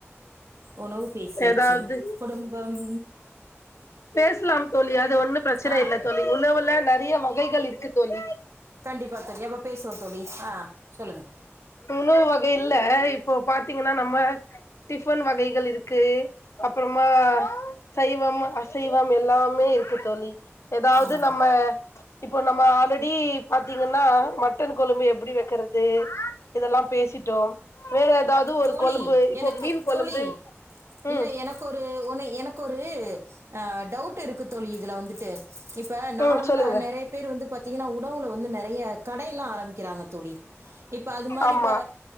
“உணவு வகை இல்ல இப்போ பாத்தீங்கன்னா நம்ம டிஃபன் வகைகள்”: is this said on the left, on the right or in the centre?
Left